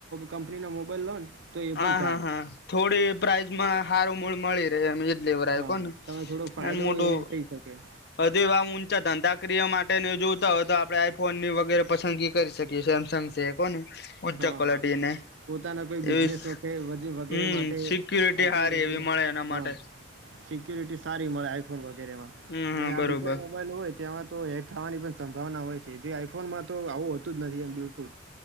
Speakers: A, on the right; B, on the left.
A: કંપની ના મોબાઈલ લો તો એ
B: હા
A: પણ ચાલે
B: હા હા થોડી પ્રાઇઝમાં હારું મૂળ મળી રહે એમ. લેવર આવ
A: હા
B: કો
A: હા તમે થોડોક ફાયદો
B: ના મોટું
A: એવું થઈ શકે
B: હધે એવા ઊંચા ધંધાક્રિયા માટે જોતા હોય તો આપડે આઈફોન ની વગેરે પસંદગી કરી શકીએ સેમસંગ છે કો ને ઊંચા
A: હા
B: ક્લિટી
A: હા.
B: ને
A: પોતાના કોઈ
B: એવી
A: બિઝનેસ વે વગેરે
B: હમ
A: માટે
B: સિક્યુરિટી
A: આઈકોન
B: હારી
A: વગેરે
B: એવી મળે એના
A: હ
B: માટે
A: સિક્યુરિટી સારી મળે આઈફોન વગેરે માં
B: હમ
A: અને
B: હ
A: આ
B: બરોબર
A: બીજા મોબાઈલ હોય ત્યાંમાં તો હેક થવાની પણ સંભાવના હોય છે જે આઈફોનમાં તો આવું હોતું જ નથી એમ બિલકુલ